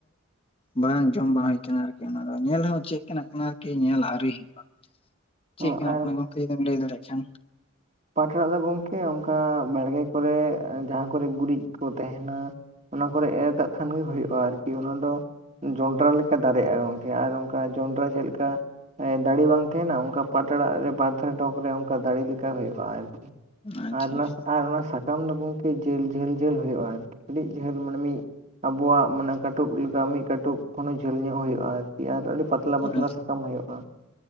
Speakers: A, on the left; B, on the right.
A: ᱵᱟᱝ ᱡᱚᱢ ᱵᱟᱝ ᱦᱩᱭ ᱟᱠᱟᱱᱟ ᱟᱨᱠᱤ ᱚᱱᱟ ᱫᱚ ᱧᱮᱞ ᱦᱚᱸ ᱪᱮᱫ ᱞᱮᱠᱟᱱᱟᱜ ᱠᱟᱱᱟ ᱟᱨᱠᱤ ᱧᱮᱞ ᱟᱹᱣᱨᱤ ᱦᱩᱭᱩᱜᱼᱟ ᱾ ᱪᱮᱫ
B: ᱚ
A: ᱠᱟᱱᱟᱜ
B: ᱟᱨ
A: ᱠᱟᱱᱟ ᱜᱚᱝᱠᱮ ᱡᱩᱫᱤᱢ ᱞᱟᱹᱭ ᱫᱟᱲᱮᱭᱟᱜ ᱠᱷᱟᱱ
B: ᱯᱟᱴ ᱟᱲᱟ ᱫᱚ ᱜᱚᱝᱠᱮ ᱚᱱᱠᱟ ᱵᱟᱲᱜᱮ ᱠᱚᱨᱮ ᱡᱟᱦᱟᱸ ᱠᱚᱨᱮ ᱜᱩᱨᱤᱡ ᱠᱚ ᱛᱟᱦᱮᱸᱱᱟ ᱾ ᱚᱱᱟ ᱠᱚᱨᱮ ᱮᱨ ᱠᱟᱜ ᱠᱷᱟᱱ ᱜᱮ ᱦᱩᱭᱩᱜᱼᱟ ᱟᱨᱠᱤ ᱚᱱᱟ ᱫᱚ ᱡᱚᱸᱰᱨᱟ ᱞᱮᱠᱟ ᱫᱟᱨᱮᱜᱼᱟ ᱜᱚᱝᱠᱮ ᱟᱨ ᱚᱱᱠᱟ ᱡᱚᱸᱰᱨᱟ ᱪᱮᱫ ᱞᱮᱠᱟ ᱫᱟᱲᱤ ᱵᱟᱝ ᱛᱟᱦᱮᱱᱟ ᱚᱱᱠᱟ ᱯᱟᱴ ᱟᱲᱟᱜ ᱨᱮ ᱵᱟᱫᱷᱟ ᱰᱚᱜᱽ ᱨᱮ ᱚᱱᱠᱟ ᱫᱟᱲᱮ ᱞᱮᱠᱟ ᱦᱩᱭᱩᱜᱼᱟ ᱾
A: ᱟᱪᱪᱷᱟ
B: ᱟᱨ
A: ᱟᱪᱪᱷᱟ
B: ᱟᱨ ᱚᱱᱟ ᱥᱟ ᱥᱟᱠᱟᱢ ᱫᱚ ᱜᱚᱝᱠᱮ ᱡᱷᱟᱹᱞ ᱡᱷᱟᱹᱞ ᱡᱷᱟᱹᱞ ᱦᱳᱭᱳᱜᱼᱟ ᱟᱨ ᱠᱟᱹᱴᱤᱡ ᱡᱷᱟᱹᱞ ᱢᱟᱱᱮ ᱢᱤᱫ ᱟᱵᱚᱣᱟᱜ ᱢᱟᱱᱮ ᱠᱟᱹᱴᱩᱵ ᱞᱮᱠᱟ ᱢᱤᱜ ᱠᱟᱹᱴᱩᱵ ᱠᱷᱚᱱ ᱦᱚᱸ ᱡᱷᱟᱹᱞ ᱧᱚᱜ ᱦᱩᱭᱩᱜᱼᱟ ᱟᱨᱠᱤ᱾ ᱟᱹᱰᱤ ᱯᱟᱛᱞᱟ ᱯᱟᱛᱞᱟ
A: ᱟᱪᱪᱷᱟ
B: ᱥᱟᱠᱟᱢ ᱦᱳᱭᱳᱜᱼᱟ᱾